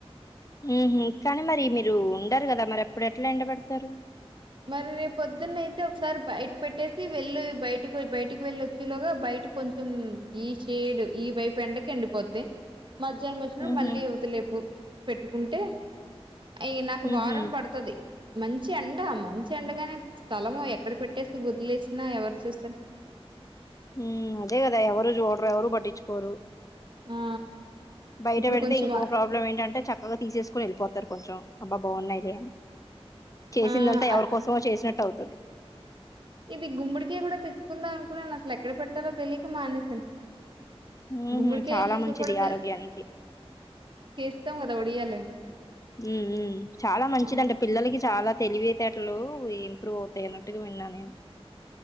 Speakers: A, on the left; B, on the right.
A: ఊహు కానీ మరి మీరు ఉండరు కదా మరి అప్పుడు ఎట్లా ఎండబెడతారు
B: మరి రేపు పొద్దున్న అయితే ఒకసారి బయట పెట్టేసి వెళ్ళి బయటకి బయటికి వెళ్ళి వచ్చేలోగా బయట కొంచెం ఈ సైడ్ ఈ వైపు ఎండకి ఎండిపోద్ది మధ్యాహ్నం వచ్చినా
A: ఉహు
B: మళ్లీ ఏళ్తలేదు పెట్టుకుంటే అయ్యో నాకు
A: ఉహు
B: వారం పడుతది మంచి ఎండ అమ్మా మంచి ఎండగానే స్థలమే ఎక్కడ పెట్ టేస్ట్ వద్లేసిన ఎవరు చూస్తర్
A: ఉమ్ అదే కదా ఎవరు చూడ్రు ఎవరు పట్టిచుకోరు
B: ఆ
A: బయట
B: ఇప్పుడు
A: పెడితే
B: కొంచెం
A: ఇంకొక ప్రాబ్లం ఏంటంటే చక్కగా తీసేసుకోని వెళ్ళిపోతారు కొంచెం అబ్బా బాన్నయిలే అని చేసిందంతా
B: ఆ
A: ఎవరి కోసమో చేసినట్ అవుతది
B: ఇది గుమ్ముడికాయ గుడా తెచ్చుకుందాం అనుకున్నాను అసలు ఎక్కడ పెట్టాలో తెలియక మానేస
A: ఉహు
B: గుమ్మడి కాయల్తో
A: చాలా మంచిది
B: పాటు చ
A: ఆరోగ్యానికి
B: చేస్తవ్ గా ఒడియాల
A: ఉ ఉమ్ చాలా మంచిదంట
B: ఆ,
A: పిల్లలకి చాలా తెలివితేటలు ఇంప్రూవ్ అవుతాయిన్నట్టుగా విన్నా నేను